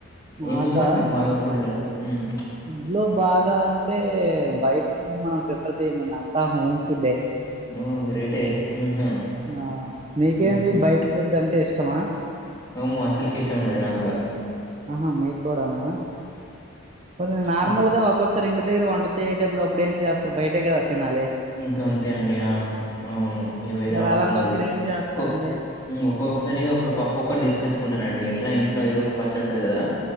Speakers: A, on the right (about 30°); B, on the left (about 15°).
A: నాకా
B: ఏం ఇష్టమండి మీకు బాగా ఫుడ్ లో ఉమ్
A: ఫుడ్ లో బాగా అంటే, బయట ఫుడ్ మనం ప్రిఫర్ చేయమన్న అంత హోమ్ ఫుడ్డే.
B: ఓహ్! గ్రేటే. హుహు.
A: ఆ నీకేంది
B: హుహు.
A: బయట ఫుడ్ అంటే ఇష్టమా.
B: అమ్మో అసల్కే ఇష్టం ఉండదు నాకు గుడా.
A: ఆహా మీక్ గుడానా, కొంచం నార్మల్
B: హ్మ్.
A: గా ఒక స్పూ సార్ ఇంటి దగ్గర వంట చేయేటప్పుడు అప్పుడు ఏం జేస్తారు బయటే గదా తినాలి.
B: ఇంకా అంతే అండి ఆ అవును ఇగ వేరే
A: మరి
B: ఆప్షన్
A: అలాంటప్పుడు
B: ఉండది
A: ఏం చేస్తారండి
B: కో ఉమ్ ఒక్కొక్కసారి ఒక పప్పు ఒక్కటి తీసుకొచ్చుకుంటనండి, ఎట్లా ఇంట్లో ఏదో ఒక పచ్చడి ఉంటది కదా.